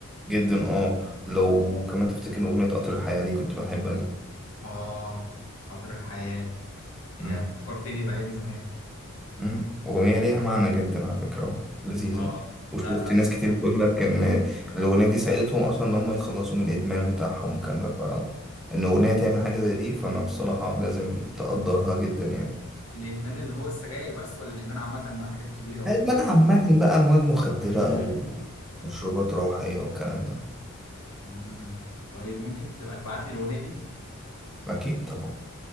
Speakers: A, in the centre; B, on the left.
A: جدا اه لو كمان تفتكر اغنيه قطر الحياه دي كنت بحبها
B: اه خاطر الحياه يا
A: جدا
B: فكرتني بايام زمان
A: مم. أغنية ليها معنى جدا على فكرة لذيذة
B: اه
A: وشفت
B: لا لا شكل
A: ناس كتير بتقول لك إن الأغنية دي ساعدتهم أصلا إن هم يتخلصوا من الإدمان بتاعهم والكلام ده فإن أغنية تعمل حاجة زي دي فأنا الصراحة لازم تقدرها جدا يعني
B: الادمان اللي هو السجاير بس ولا الادمان عامه بقى حاجات كبيره وكده
A: الإدمان عامة بقى مواد مخدرة
B: امم
A: أو مشروبات روحية والكلام ده
B: امم طيب ممكن تبقى تبعت لي الاغنيه دي
A: أكيد طبعا